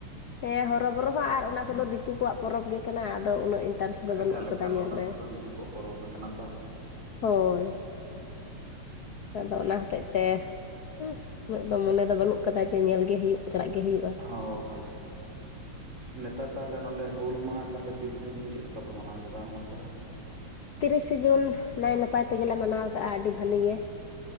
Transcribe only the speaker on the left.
ᱦᱮᱸ ᱦᱚᱨᱚᱵᱚᱨᱚ ᱦᱚᱸ ᱟᱨ ᱚᱱᱟ ᱠᱚ ᱫᱚ ᱫᱤᱠᱩ ᱠᱚᱣᱟᱜ ᱯᱚᱨᱚᱵᱽ ᱜᱮ ᱠᱟᱱᱟ ᱟᱫᱚ ᱩᱱᱟᱹᱜ ᱤᱱᱴᱟᱨᱮᱥᱴ ᱫᱚ ᱵᱟᱹᱱᱩᱜ
ᱟᱠᱟᱫᱟ
ᱧᱮᱞ
ᱨᱮ
ᱦᱳᱭ, ᱟᱫᱚ ᱚᱱᱟ ᱦᱚᱛᱮᱜ ᱛᱮ ᱩᱸ ᱩᱱᱟᱹᱜ ᱫᱚ ᱢᱚᱱᱮ ᱫᱚ ᱵᱟᱹᱱᱩᱜ ᱠᱟᱫᱟ ᱡᱮ ᱧᱮᱞ ᱜᱮ ᱦᱩᱭᱩᱜ ᱪᱟᱞᱟᱜ ᱜᱮ ᱦᱩᱭᱩᱜᱼᱟ ᱾
ᱛᱤᱨᱤᱥᱮ ᱡᱩᱱ ᱱᱟᱭ ᱱᱟᱯᱟᱭ ᱛᱮ ᱜᱮ ᱞᱮ ᱢᱟᱱᱟᱣ ᱟᱠᱟᱜᱼᱟ ᱟᱹᱰᱤ ᱵᱷᱟᱹᱞᱮ ᱜᱮ᱾